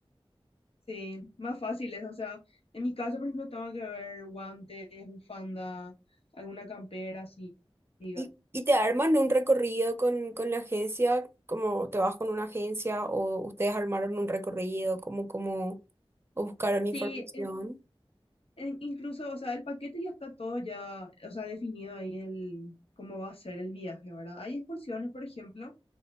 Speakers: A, on the left (about 75°); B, on the right (about 25°).
A: sí, más fácil es, o sea, en mi caso, por ejemplo, tengo que ver guantes, bufanda, alguna campera, así. diga.
B: Y, y te arman un recorrido con, con la agencia, como te vas con una agencia o ustedes armaron un recorrido, como, como, o buscaron
A: Sí,
B: información.
A: en- incluso, o sea, el paquete ya está todo ya, o sea, definido ahí el cómo va a ser el viaje, ¿verdad? Hay excursiones, por ejemplo,